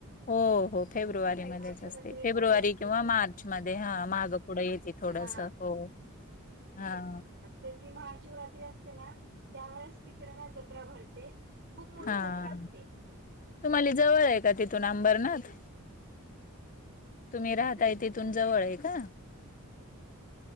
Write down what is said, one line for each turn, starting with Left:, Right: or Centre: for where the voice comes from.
Left: हो हो फेब्रुवारीमध्येच
Right: महाशिवरात्री
Left: असते फेब्रुवारी
Right: मोठी असते
Left: किंवा
Right: ती
Left: मार्चमध्ये हा माग पुढं येते थोडस
Right: हा
Left: हो हा.
Right: तर ती महाशिवरात्री असते ना त्यावेेळेस तिकडे ना जत्रा भरते. खूप मोठी
Left: हा
Right: जत्रा असते.
Left: तुम्हाला जवळ आहे का तिथून अंबरनाथ तुम्ही राहताय तिथून जवळ आहे का?